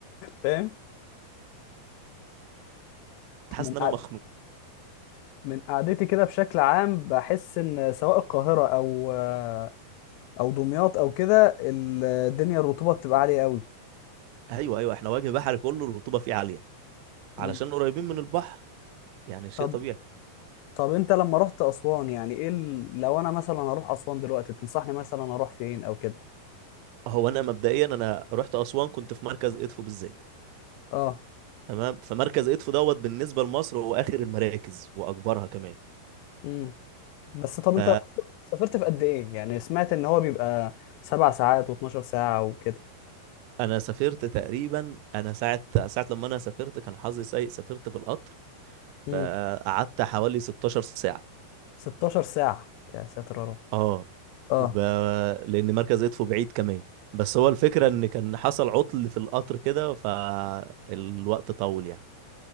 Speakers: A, on the left (about 85°); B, on the right (about 85°).
A: فاهم
B: حاسس
A: من قع-
B: ان انا مخنوق
A: من قعدتي كده بشكل عام بحس ان سواء القاهره او آه، او دمياط او كده الدنيا الرطوبه بتبقى عاليه قوي
B: ايوه ايوه احنا وجه بحري كله الرطوبه فيه عاليه
A: مم.
B: علشان قريبين من البحر يعني شيء
A: طب
B: طبيعي
A: طب انت لما رحت اسوان يعني ايه ال... لو انا مثلا هروح اسوان دلوقتي تنصحني مثلا اروح فين او كده
B: هو انا مبدئيا انا رحت اسوان كنت في مركز ادفو بالذات
A: اه
B: تمام فمركز ادفو دوت بالنسبه لمصر هو اخر المراكز واكبرها كمان
A: امم بس طب انت
B: ف
A: اصلا سافرت في قد ايه يعني سمعت ان هو بيبقى سبع ساعات و12 ساعة وكده
B: انا سافرت تقريبا انا ساعه ساعه لما انا سافرت كان حظي سيء سافرت في القطر
A: امم
B: فقعدت حوالي 16 ساعه
A: 16 ساعة يا ساتر يا رب
B: اه
A: اه
B: وب... لان مركز ادفو بعيد كمان بس هو الفكره ان كان حصل عطل في القطر كده فالوقت طول يعني